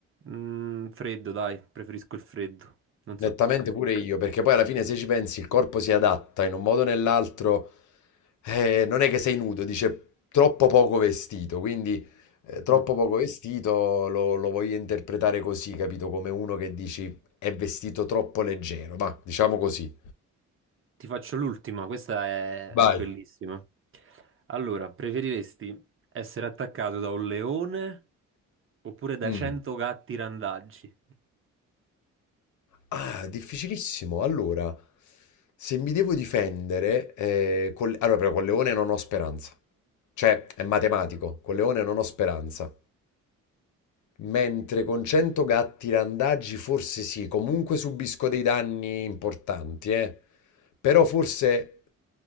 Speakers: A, on the right (about 45°); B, on the left (about 75°).
A: Mm, freddo, dai, preferisco il freddo. Non so
B: Nettamente
A: tu.
B: pure io, perché poi alla fine se ci pensi il corpo si adatta in un modo o nell'altro, eh, non è che sei nudo, dice troppo poco vestito, quindi eh, troppo
A: Mm.
B: poco vestito lo, lo voglio interpretare così, capito? Come uno che dici è vestito troppo leggero, ma diciamo così.
A: Ti faccio l'ultima, questa è, è
B: Vai.
A: bellissima. Allora, preferiresti essere attaccato da un leone oppure da
B: Mm.
A: 100 gatti randaggi?
B: Ah, difficilissimo. Allora, se mi devo difendere, eh, col- allora però con Leone non ho speranza, cioè è matematico, con Leone non ho speranza. Mentre con 100 gatti randagi forse sì, comunque subisco dei danni importanti, eh. Però forse